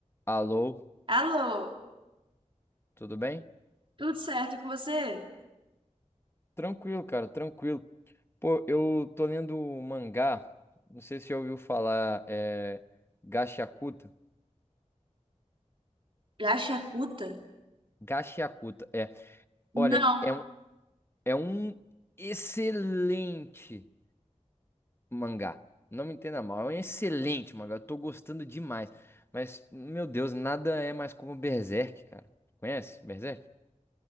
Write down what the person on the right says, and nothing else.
Alô,
tudo certo e com você?
Já Yakuta?
Não.